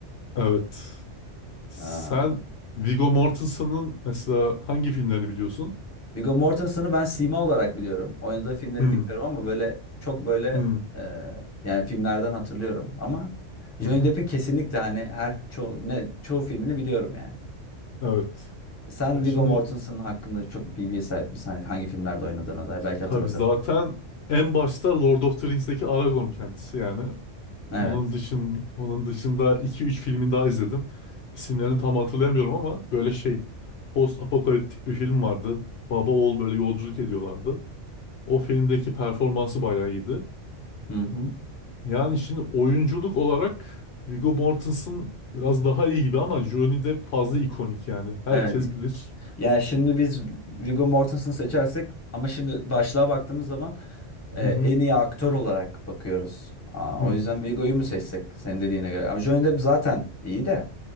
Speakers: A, on the left; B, on the left.
A: Evet. Sen
B: Aa,
A: Viggo Mortensen'ın mesela hangi filmlerini biliyorsun?
B: Viggo Mortensen'ı ben sima olarak biliyorum. Oynadığı filmleri
A: Hı
B: bilmiyorum ama böyle çok böyle
A: hı
B: e, yani filmlerden hatırlıyorum. Ama Johnny
A: hı hı.
B: Depp'in kesinlikle hani her ço ne, çoğu filmini biliyorum yani.
A: Evet.
B: Sen
A: Ya
B: Viggo
A: şimdi
B: Mortensen hakkında çok bilgiye sahip misin? Hani hangi filmlerde oynadığına dair belki
A: tabii
B: hatırlatabilirim.
A: zaten en başta Lord of the Rings'teki Aragorn kendisi yani.
B: Evet.
A: Onun dışın onun dışında iki üç filmin daha izledim. İsimlerini tam hatırlayamıyorum ama böyle şey post apokaliptik bir film vardı. Baba oğul böyle yolculuk ediyorlardı. O filmdeki performansı bayağı iyiydi.
B: Hı hı.
A: Yani şimdi oyunculuk olarak Viggo Mortensen biraz daha iyi gibi ama Johnny Depp fazla ikonik yani. Herkes
B: Evet.
A: bilir.
B: Yani şimdi biz Viggo Mortensen'ı seçersek ama şimdi başlığa baktığımız zaman e,
A: Hı hı,
B: en iyi aktör olarak bakıyoruz. Aa,
A: hı
B: o
A: hı,
B: yüzden Viggo'yu mu seçsek senin dediğine göre? Ama Johnny Depp zaten iyi de